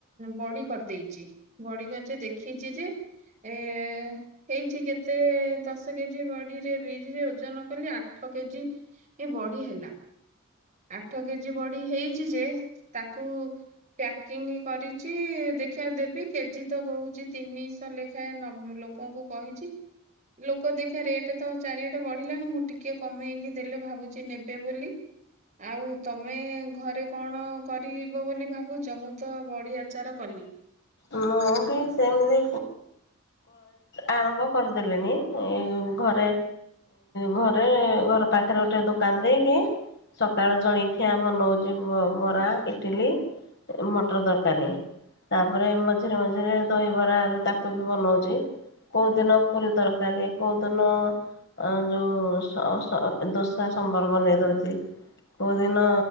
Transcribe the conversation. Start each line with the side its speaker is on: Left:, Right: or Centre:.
Right: ବଡି କରିଦେଇଛି ବଡି କରିଛି ଦେଖିଛି ଯେ ଏ ହେଇଛି କେତେ ଦଶ କେଜି ବଡିରେ ବିରିରେ ଓଜନ କଲି ଆଠ କେଜି ବଡି ହେଲା। ଆଠ କେଜି ବଢି ହେଇଛି ଯେ ତାକୁ ପ୍ୟାକିଙ୍ଗ କରିଛି ଦେଖିିବା ଦେବି କେଜି ତ କହୁଛି ତିନିଶହ ଲେଖାଏ ଲୋକଙ୍କୁ କହିଛି ଲୋକ ଦେଖି ରେଟ ତ ଚାରିଆଟା ବଢିଲାଣି ମୁଁ ଟିକେ କମେଇକି ଦେଲେ ଭାବୁଛି ନେବେ ବୋଲି। ଆଉ ତମେ ଘରେ କଣ କରିବ ବୋଲି ଭାବୁଛ ମୁଁ ତ ବଡି ଆଚାର କଲି।
Left: ମୁଁ ବି ସେମିତି ଆରମ୍ଭ କରିଦେଲିଣିି ଘରେ ଘରେ ଘର ପାଖରେ ଗୋଟେ ଦୋକାନ ଦେଇକି ସକାଳ ଜଳଖିଆ ବନଉଛି ବରା ଇଟିଲି ମଟର ଦରକାରୀ ତାପ। ତାପରେ ମଝିରେ ମଝିରେ ଦହିବରା ବି ତାକୁ ବି ବନାଉଛି କୋଉଦିନ ପୁରୀ ତରକାରୀ କୋଉଦିନ ଯେଉଁ ସ ସଦୋସା ସମ୍ବର ବନେଇ ଦେଉଛି କେଉଁଦିନ